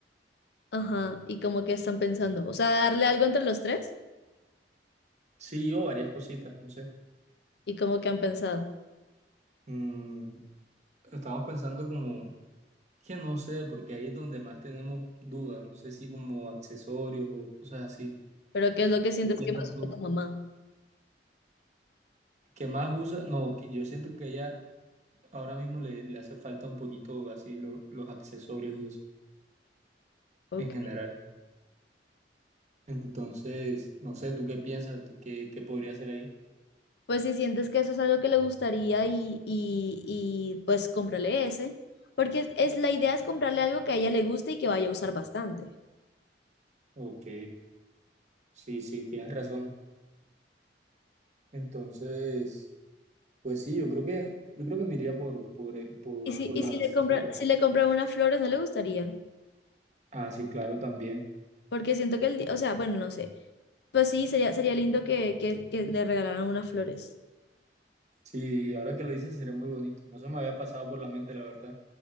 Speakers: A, on the left (about 65°); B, on the right (about 40°).
A: ajá. ¿Y como que están pensando? O sea, darle algo entre los tres
B: Sí, o varias cositas, no sé.
A: y como que han pensado.
B: Mm, estamos pensando como, que no sé, porque ahí es donde más tenemos dudas, no sé si como accesorios o cosas así.
A: Pero ¿qué es lo que sientes
B: ¿Qué piensas
A: que más usa
B: tú?
A: tu mamá?
B: ¿Qué más usa? No, que yo siento que ella ahora mismo le, le hace falta un poquito así lo- los accesorios y eso
A: Ok.
B: en general. Entonces, no sé, ¿tú qué piensas? ¿Tú ¿Qué, qué podría hacer ahí?
A: Pues si sientes que eso es algo que le gustaría y, y, y, pues cómprale ese, porque es, es- la idea es comprarle algo que a ella le guste y que vaya a usar bastante.
B: Ok, sí, sí, tienes razón. Entonces, pues sí, yo creo que, yo creo que me iría por, por, eh, por,
A: Y si,
B: por
A: y
B: los
A: si
B: accesorios.
A: le compra, si le compran unas flores, no le gustaría,
B: Ah, sí, claro, también.
A: porque siento que el, di- o sea, bueno, no sé, pues sí, sería, sería lindo que, que, que le regalaran unas flores
B: Sí, ahora que lo dices sería muy bonito. No se me había pasado por la mente, la verdad.